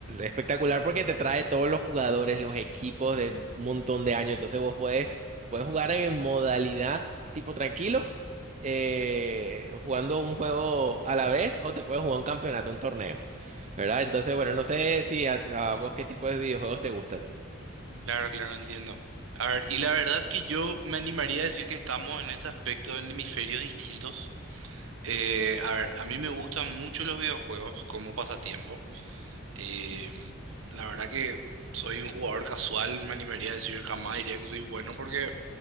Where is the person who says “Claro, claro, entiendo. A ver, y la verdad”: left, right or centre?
Right